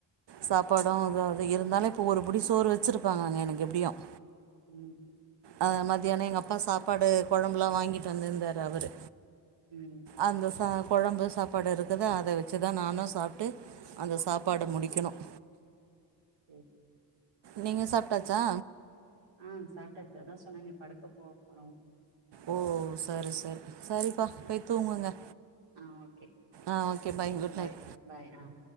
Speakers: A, on the right (about 60°); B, on the right (about 80°).
A: சாப்பாடும் இது அது இருந்தாலும் இப்போ ஒரு புடி சோறு வச்சுருப்பாங்க எனக்கு எப்புடியும்
B: உஹும்
A: ஆ மதியானம் எங்க அப்பாஒ சாப்பாடு கொழம்புலாம் வாங்கிட்டு வந்திருந்தாரு அவரு
B: ம்
A: அந்தசாத குழம்பு சாப்பாடு இருக்குது அத வச்சு தான் நானு சாப்பிட்டு அந்த சாப்பாட முடிக்கனும்
B: இம்
A: நீங்க சாப்ட்டாச்சா
B: ம் சாப்ட்டாச்சு அதான் சொன்னனே படுக்க போக போறோம்
A: ஓ சர் சர் சரிப்பா போய் தூங்குங்க
B: ஆஹ் ஓகே
A: ஆ okay
B: okay
A: good
B: bye
A: night
B: bye ஆஹ்